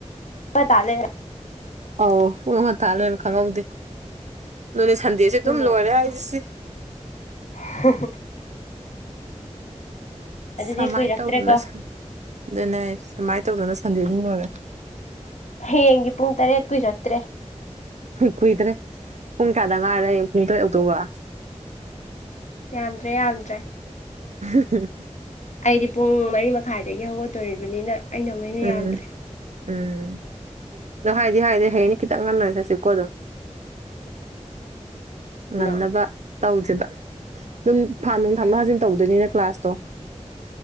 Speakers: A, on the left; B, on the right.
A: ꯑꯃ ꯇꯥ ꯂꯩ
B: ꯑꯧ ꯄꯨꯡꯟꯇꯥ ꯂꯣꯏꯅ ꯈꯪꯍꯧꯗꯦ ꯅꯣꯏꯅꯦ ꯁꯟꯗꯦꯁꯦ ꯑꯗꯨꯝ
A: ꯑꯗꯨꯅꯦ
B: ꯂꯣꯏꯔꯦ ꯍꯥꯏꯁꯤꯁꯤ
A: <unintelligible> ꯑꯗꯨꯗꯤ
B: ꯁꯨꯃꯥꯏꯅ
A: ꯀꯨꯏꯔꯛꯇ꯭ꯔꯦꯀꯣ
B: ꯇꯧꯗꯅ ꯑꯗꯨꯅꯦ ꯁꯨꯃꯥꯏꯅ ꯇꯧꯗꯅ ꯁꯟꯗꯦ ꯗꯨꯝ ꯂꯣꯏꯔꯦ
A: ꯍꯌꯦꯡꯒꯤ ꯄꯨꯡ ꯇꯔꯦꯠ ꯀꯨꯏꯔꯛꯇ꯭ꯔꯦ
B: ꯀꯨꯏꯗ꯭ꯔꯦ ꯄꯨꯡ ꯀꯌꯥꯗ ꯉꯥꯏꯔꯦ ꯑ ꯄꯨꯡ ꯇꯔꯦꯠ ꯑꯥꯎꯛꯇꯧꯕ
A: ꯌꯥꯝꯗ꯭ꯔꯦ ꯌꯥꯝꯗ꯭ꯔꯦ
B: <unintelligible>
A: ꯑꯩꯗꯤ ꯄꯨꯡ ꯃꯔꯤ ꯃꯈꯥꯏꯗꯒꯤ ꯍꯧꯒꯠꯇꯣꯔꯤꯕꯅꯤꯅ ꯑꯩꯅ ꯑꯃꯨꯛ ꯍꯦꯟꯅ
B: ꯎꯝ
A: ꯌꯥꯝꯗ꯭ꯔꯦ
B: ꯎꯝ ꯑꯗꯣ ꯍꯥꯏꯗꯤ ꯍꯥꯏꯗꯤ ꯍꯌꯦꯅꯤ ꯈꯤꯇꯪ ꯉꯜꯟꯅꯅꯤ ꯆꯠꯁꯤꯀꯣ ꯑꯗꯨꯝ
A: ꯀꯩꯅꯣ
B: ꯉꯟꯅꯕ ꯇꯧꯁꯦꯕ ꯑꯗꯨꯝ ꯐꯥ ꯅꯨꯡ ꯊꯝꯅ ꯍꯥꯖꯤꯟ ꯇꯧꯗꯣꯏꯅꯤꯅꯦ ꯀ꯭ꯂꯥꯁꯇꯣ